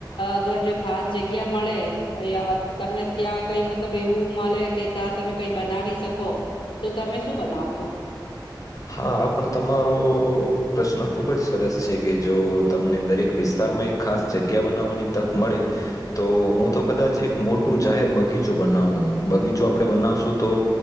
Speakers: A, on the left; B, on the left.
A: અગર જો ખાસ જગ્યા મળે અ તમને ત્યાં કઈ મતલબ એવું મળે કે ત્યાં તમે કઈ બનાવી શકો તો તમે શું બનાવશો
B: હા પણ તમારો પ્રશ્ન ખૂબ જ સરસ છે કે જો તમને દરેક વિસ્તારમાં એક ખાસ જગ્યા બનાવવાની તક મળે તો હું તો કદાચ એક મોટું જાહેર બગીચો બનાવું બગીચો આપણે બનાવશું તો